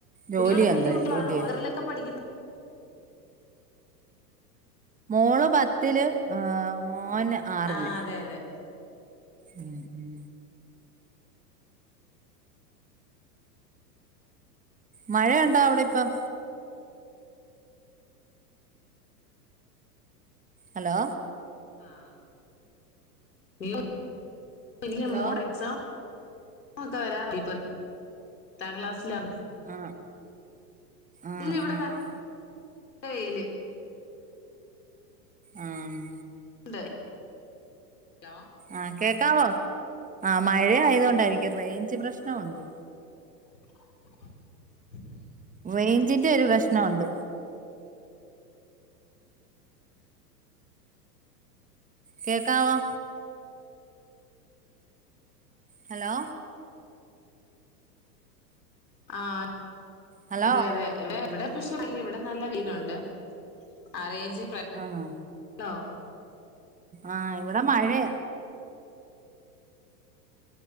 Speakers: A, on the right; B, on the left.
A: ജോലിയങ്ങ്
B: കുട്ടികളൊക്കെ വല്യ
A: കഴിയും
B: കുട്ടികളാണോ
A: ല്ല്യേ
B: എത്രയിലൊക്കെ പഠിക്കുന്നു
A: മോള് പത്തില് ഏഹ് മോന് ആറില്
B: ആഹ് അതെ അതെ
A: ഉം ഉം മഴേണ്ടോ അവ്ടെ ഇപ്പം? അലോ
B: ആഹ് <unintelligible>
A: ഹലോ
B: മോടെ എക്സാമാ ഒക്കെ വരാറാ ഈ പത് ത്താം ക്ലാസിലാ
A: ആഹ്. ആഹ്
B: ഇല്യ ഇവിടെ
A: ആഹ്
B: നൽ വെയിൽ
A: ആഹ്
B: ണ്ട് ഹലോ
A: ആഹ് കേക്കാവോ ആ മഴയ ആയതോണ്ടായിരിക്കും റേഞ്ച് പ്രശ്നൊണ്ട്
B: <unintelligible>
A: റേഞ്ചിന്റെ ഒരു പ്രശ്നുണ്ട് കേക്കാവോ? ഹലോ
B: ആഹ്
A: ഹലോ
B: അതെ അതെ ഇവിടെ പക്ഷെ ഇവിടെ നല്ല വെയിലുണ്ട് ആറയിജ് പ്രാ <unintelligible>
A: ആണോ ആഹ് ഇവിടെ മഴയ.